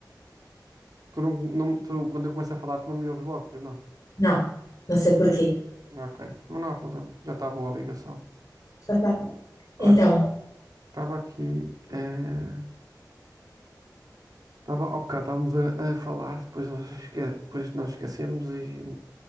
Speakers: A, on the right; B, on the left.
A: Tu não, não- tu- quando eu começo a falar, tu não me ouves logo, pois não?
B: Não, não sei por quê.
A: Ok, mas não há problema, já está boa a ligação.
B: Ah, tá. Então,
A: Olha, estava aqui, eh, estava, ao bocado estávamos a, a falar, depois, eu esque- depois nós esquecemos e,